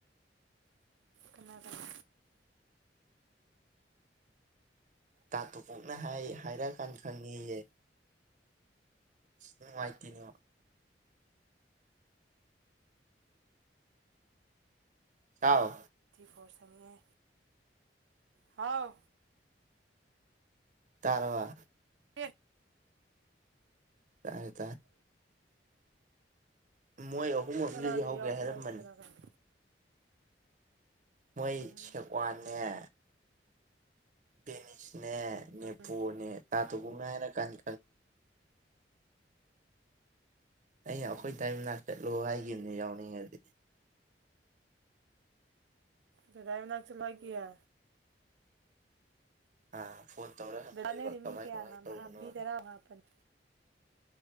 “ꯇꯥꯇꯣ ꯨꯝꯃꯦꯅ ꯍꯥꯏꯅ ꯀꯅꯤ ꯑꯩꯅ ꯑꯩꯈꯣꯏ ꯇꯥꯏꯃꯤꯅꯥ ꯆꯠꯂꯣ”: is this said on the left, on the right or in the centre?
Right